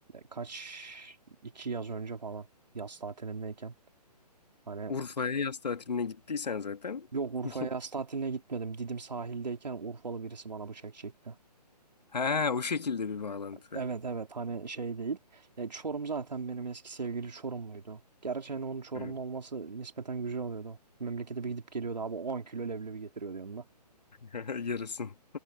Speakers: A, on the right (about 80°); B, on the left (about 75°).
A: kaç iki yaz önce falan yaz tatilindeyken hani
B: Urfa'ya yaz tatiline gittiysen zaten.
A: yok Urfa'ya
B: <laughs>
A: yaz tatiline gitmedim. Didim sahildeyken Urfalı birisi bana bıçak çekti.
B: Ha o şekilde bir bağlantı.
A: Evet evet hani şey değil. E, Çorum zaten benim eski sevgili Çorumluydu. Gerçi hani onun Çorumlu
B: Hı.
A: olması nispeten güzel oluyordu. Memlekete bir gidip geliyordu abi 10 kilo leblebi getiriyordu yanında.
B: <laughs> Yarasın.